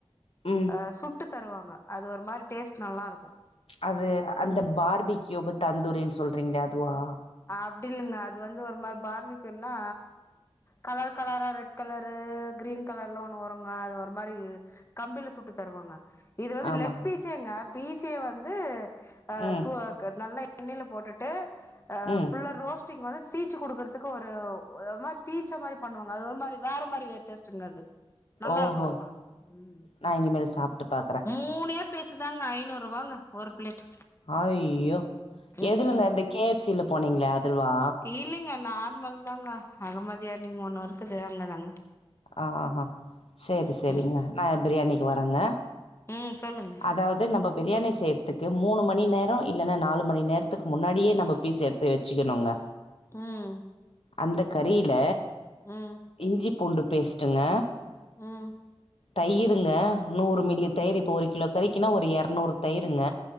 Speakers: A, on the left; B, on the left.
A: ம்
B: ஆ சுட்டு தருவாங்க அது ஒரு மாரி டேஸ்ட் நல்லாரு
A: அது அந்த பார்பி கியூபு தந்தூரின் சொல்றீங்ளே அதுவா
B: அப்டில்லங்க அது வந்து ஒரு மாரி பார்பிக்கியூனா கலர் கலரா ரெட் கலரு கிரீன் கலர்ல ஒண்ணு வருங்க அது ஒரு மாரி கம்பில சுட்டு தருவாங்க இது வந்து
A: ஆமாங்க
B: லெக் பீஸேங்க பீஸே வந்து‌ஆ
A: ம்
B: சு க நல்ல எண்ணய்ல போட்டுட்டு ஆ
A: ம்
B: ஃபுல்லா ரோஸ் ட்டிக் மார் தா தீச்சு குடுக்கற்துக்கு ஒருமாரி தீச்ச மாரி பண்ணுவாங்க அது ஒரு மாரி வேற மாரி டேஸ்டுங்க அது நல்லாருக்கு
A: ஓஹோ
B: அது கூட ம்
A: நான் இனிமேல் சாப்பிட்டு பார்க்குறேன்
B: மூனே பீஸு தாங்க ஐநூறு ரூவாங்க ஒரு பிளேட்
A: அய்யோ
B: ம்
A: எதுலங்க
B: ம்
A: இந்த கே எப் சி ல போனீங்ள அதுல்வா
B: இல்லைங்க நார்மல் தாங்க அகமதியான் இங்க ஒண்ணு இருக்குது அங்க தாங்க
A: ஆ ஹா செரி
B: ம்
A: செரிங்க நா பிரியாணிக்கு வரேங்க
B: ம் சொல்லுங்க
A: அதாவ்து நம்ம பிரியாணி செய் த்துக்கு மூனு மணி நேரோ இல்லன்னா நாலு மணி நேரத்துக்கு முன்னாடியே நம்ப பீஸ் எடுத்து வச்சுக்கனுங்க
B: ம்
A: அந்த கறில
B: ம்
A: இஞ்சி பூண்டு பேஸ்ட்டுங்க
B: ம்
A: தயிருங்க நூறு மில்லி தயிரு இப்போ ஒரு கிலோ கறிக்கினா ஒரு எர்நூறு தயிருங்க